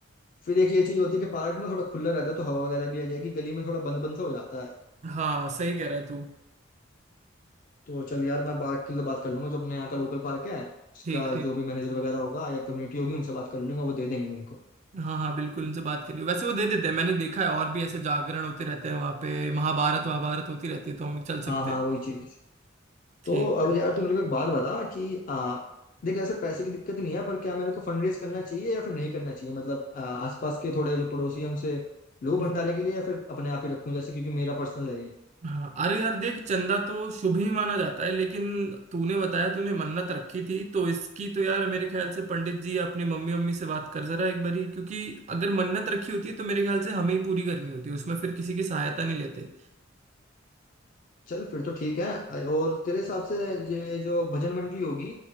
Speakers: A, on the left (about 40°); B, on the right (about 35°).
A: फिर एक ये चीज होती है कि पार्क ना थोड़ा खुला रहता है तो हवा वगैरह भी आ जाएगी गली में थोड़ा बंद बंद सा हो जाता है
B: हाँ सही कह रहा है तू
A: तो चल यार मैं पार्क की तो बात कर लूंगा जो अपने यहाँ का लोकल पार्क है उसका
B: ठीक ठीक
A: जो भी मैनेजर वगैरह होगा या कम्युनिटी होगी उनसे बात कर लूंगा वो दे देंगे मेरे को
B: हाँ हाँ बिल्कुल उनसे बात कर लियो वैसे वो दे देते हैं मैंने देखा है और भी ऐसे जागरण होते रहते हैं वहाँ पे महाभारत वहाभारत होती रहती है तो हम चल सकते
A: हाँ हाँ
B: हैं
A: वही चीज
B: ठीक
A: तो अब यार तू मेरे को एक बात बता कि आ, देख ऐसे पैसे की दिक्कत नहीं है पर क्या मेरे को फंड रेज करना चाहिए या फिर नहीं करना चाहिए मतलब आ, आसपास के थोड़े जो पड़ोसी हैं उनसे लो भंडारे
B: है
A: के लिए या फिर अपने आप ही रखूं जैसे क्योंकि मेरा पर्सनल है ये
B: हाँ अरे यार देख चंदा तो शुभ ही माना जाता है लेकिन तूने बताया तूने मन्नत रखी थी तो इसकी तो यार मेरे ख्याल से पंडित जी अपनी मम्मी मम्मी से बात कर जरा एक बारी क्योंकि अगर मन्नत रखी होती है तो मेरे ख्याल से हमें ही पूरी करनी होती है उसमें फिर किसी की सहायता नहीं लेते
A: चल फिर तो ठीक है और तेरे हिसाब से ये जो भजन मंडली होगी